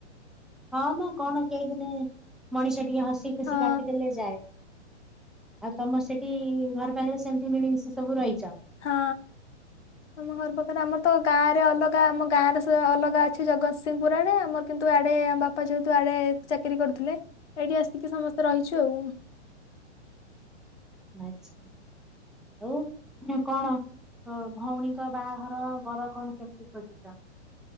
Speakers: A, in the centre; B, on the left.
A: ହଁ ମ କଣ କେଇଦିନେ ମଣିଷ ଟିକେ ହସି ଖୁସି
B: ହଁ
A: କାଟିଦେଲେ ଯାଏ। ଆଉ ତମର ସେଠି ଘର ପାଖରେ ସେମିତି ମିଳିମିଶି ସବୁ ରହିଚ।
B: ହଁ ଆମ୍ ଆମ ଘର ପାଖରେ ଆମର ତ ଗାଁରେ ଅଲଗା ଆମ ଗାଁରେ ସେ ଅଲଗା ଅଛି ଜଗତସିଂହପୁର ଆଡେ ଆମର କିନ୍ତୁ ଆଡେ ଆମ ବା ପା ଯେହେତୁ ଆଡେ ଚାକିରି କରୁଥିଲେ ଏଇଠି ଆସିକି ସମସ୍ତେ ରହିଛୁ ଆଉ।
A: ଆଚ୍ଛା ଆଉ କଣ <unintelligible> ଭଉଣୀଙ୍କ ବାହାଘର ବର କଣ କେମିତି ଖୋଜୁଚ?